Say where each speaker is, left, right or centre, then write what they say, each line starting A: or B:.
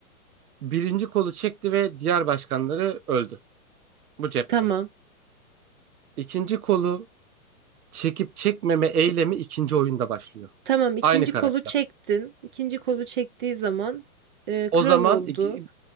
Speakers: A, on the right; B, on the right.
A: birinci kolu çekti ve diğer başkanları öldü. Bu cepte.
B: Tamam.
A: İkinci kolu çekip çekmeme eylemi ikinci oyunda başlıyor.
B: Tamam ikinci
A: Aynı karakter.
B: kolu çektin. İkinci kolu çektiği zaman e,
A: O
B: kral
A: zaman
B: oldu.
A: iki,